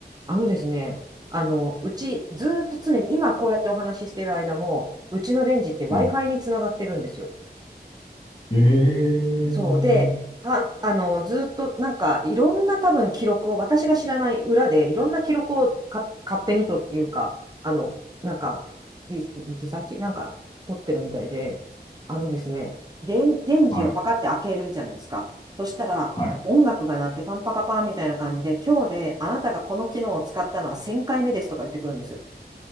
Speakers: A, on the right (about 25°); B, on the left (about 30°).
A: あのですね、あの、うちずーっと常に今こうやってお話ししてる間も、うちのレンジって Wi-Fi
B: はい。
A: につながってるんですよ。
B: えー、
A: そうで、は、あの、ずっとなんかいろんな多分記録を、私が知らない裏でいろんな記録をか勝手にというか、あの、なんか、リリサーチなんか取ってるみたいで、あのですね、電、電池をパカって開けるじゃないですか。
B: はい、
A: そしたら、
B: はい。
A: 音楽が鳴ってパンパカパンみたいな感じで、今日であなたがこの機能を使ったのは1000回目ですとか言ってくるんですよ。